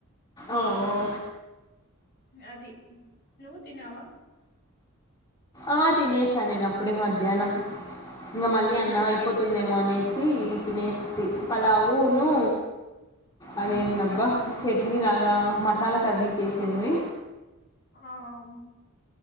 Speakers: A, on the left; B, on the left.
A: ఓఓ
B: అది నువ్ తిన్నావా
A: ఆ తినేసాను నేను అప్పుడే మధ్యాహ్నం ఇంగ మళ్ళీ
B: ఏం
A: అన్నం
B: తిన్నావు?
A: అయిపోతుందేమో అనేసి తినేస్తి పలావును
B: హ్మ్.
A: అదేందబ్బా చట్నీ లాగా మసాలా కర్రీ చేసింది
B: ఆమ్